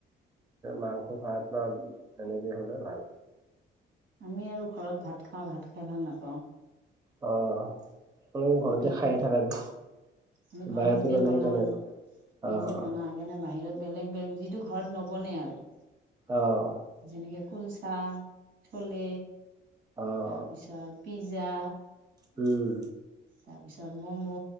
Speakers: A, on the right (about 20°); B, on the right (about 70°).
A: মাংস ভাত বা তেনেকেই হ'লে ভাল
B: আমি আৰু ঘৰত ভাত খাওঁ ভাত খাই ভাল নাপাওঁ।
A: অ', তোমালোকে ঘৰ
B: আমি
A: যে
B: এইবিলাক
A: খাইে থকা যে
B: আমি ঘৰত
A: বাহিৰত
B: নিজে
A: ওলালে
B: বনাও
A: সেইকাৰণে
B: নিজে
A: অ'
B: বনাও সেইকাৰণে বাহিৰত বেলেগ, বেলেগ যিটো ঘৰত নবনে আৰু
A: আহ,
B: যেনেকে কুলচা, চলে
A: অ'
B: তাৰপিছত পিজ্জা
A: উম।
B: তাৰপিছত ম'ম'